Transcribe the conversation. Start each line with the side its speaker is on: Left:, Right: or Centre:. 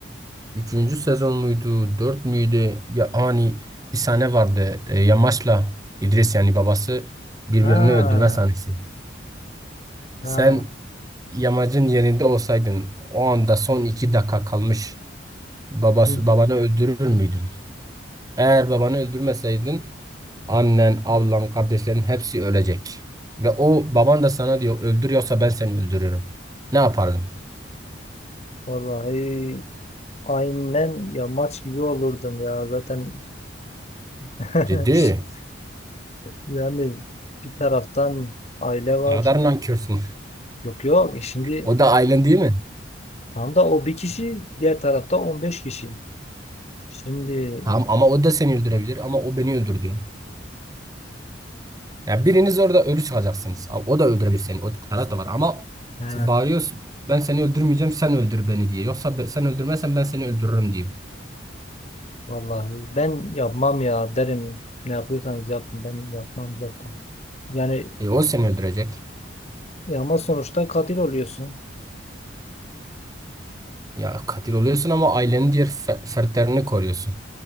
Right: üçüncü sezon muydu, dört müydü? Ya hani bir sahne vardı. E, Yamaç'la İdris yani babası birbirini
Left: Ha,
Right: öldürme sahnesi.
Left: ha.
Right: Sen Yamacın yerinde olsaydın o anda son iki dakika kalmış babası,
Left: Hı.
Right: babanı öldürür müydün? Eğer babanı öldürmeseydin annen, ablan, kardeşlerin hepsi ölecek. Ve o baban da sana diyor öldürüyorsa ben seni öldürürüm. Ne yapardın?
Left: Vallahi aynen ya maç gibi olurdum ya zaten. <laughs>
Right: Dedi.
Left: Şi- Yani bir taraftan aile var.
Right: Ne kadar nankörsün.
Left: Yok yok e şimdi
Right: O da ailen değil mi?
Left: tam da o bir kişi diğer tarafta 15 kişi. Şimdi
Right: Tamam ama o da seni öldürebilir ama o beni öldür diyor. Ya biriniz orada ölü çıkacaksınız. Ama O da öldürebilir seni. O taraf da var ama
Left: he,
Right: bağırıyorsun ben seni öldürmeyeceğim sen öldür beni diye. Yoksa be- sen öldürmezsen ben seni öldürürüm diyor.
Left: vallahi ben yapmam ya derim. Ne yapıyorsanız yapın ben yapmam zaten. Yani
Right: E, o seni öldürecek.
Left: ya ama sonuçta katil oluyorsun.
Right: Ya katil oluyorsun ama ailenin diğer fe- fertlerini koruyorsun.